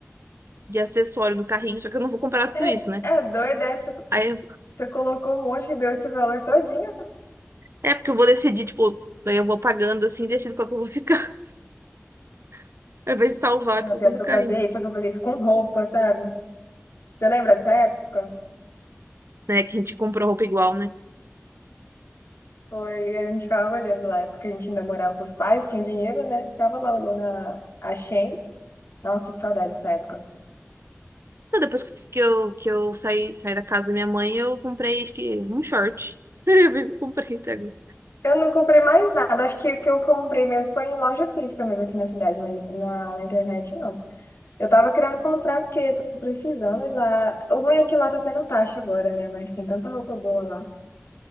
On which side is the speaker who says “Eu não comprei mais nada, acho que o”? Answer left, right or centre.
Left